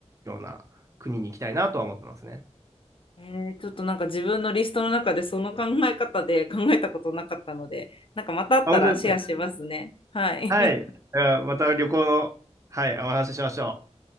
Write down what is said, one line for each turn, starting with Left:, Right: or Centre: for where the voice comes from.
Right: ような国に行きたいなとは思ってますね。
Left: えー、ちょっとなんか自分のリストの中でその考え方で考えたことなかったので、なんかまたあったらシェアしますね。
Right: あ、本当ですか。
Left: はい。
Right: はい。えーまた旅行の、はい、お話ししましょう。